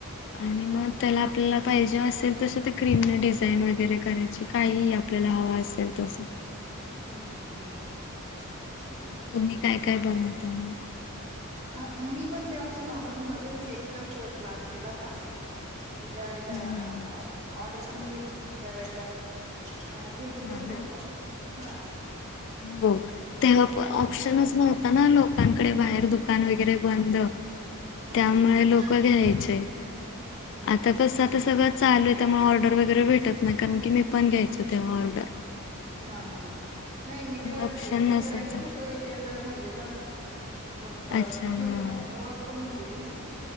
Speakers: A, on the left (about 55°); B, on the right (about 30°).
A: आणि मग त्याला आपल्याला पाहिजे असेल तसं ते क्रीमने डिझाईन वगैरे करायची काही आप आपल्याला हवं असेल तसं
B: हम्म हम्म हम्म.
A: तुम्ही काय काय बनवता मग?
B: ह मी पण तेव्हा लॉकडाऊनमध्येच केकचाच क्लास केला होता. मी त्यावेेळेला
A: हम्म हम्म हम्म.
B: ऑर्डर पण घ्यायची त्यावेळेला अ घ्यायचे
A: हा
B: पण
A: ना
B: लोक हा
A: हो
B: कसं
A: तेव्हा
B: हम्म
A: पण ऑप्शनच नव्हता ना लोक लोकांकडे बाहेर दुकान वगैरे बंद त्यामुळे
B: हम्म हम्म
A: लोक घ्यायचे
B: हा
A: आता
B: हा
A: कसं आता सगळं चालू आहे त्यामुळे ऑर्डर वगैरे भेटतनाही कारण की मी पण घ्यायचं तेव्हा ऑर्डर.
B: हा हा नाही मी तेव्हा
A: ऑप्शन
B: जिथे
A: नसायचा
B: राहायचे ना तो एरिया जरा भरलेला होता. मग अ
A: अच्छा हा.
B: घ्यायचेय आणि ओळख पण होऊन गेली ती ना